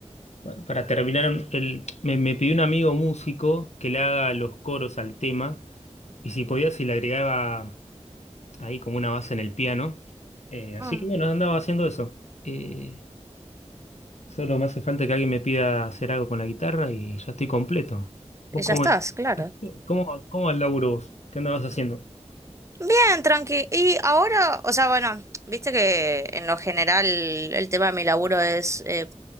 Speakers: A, on the left (about 70°); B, on the right (about 25°).
A: pa- para terminar. El, me, me pidió un amigo músico que le haga los coros al tema y si podía, si le agregaba ahí como una base en el piano. Eh, así
B: Mm.
A: que bueno, andaba haciendo eso. Eh, solo me hace falta que alguien me pida hacer algo con la guitarra y ya estoy completo. ¿Vos
B: Eh,
A: cómo,
B: Ya estás, claro.
A: cómo, cómo al laburo vos? ¿Qué andabas haciendo?
B: Bien, tranqui. Y ahora, o sea, bueno, viste que en lo general el tema de mi laburo es eh,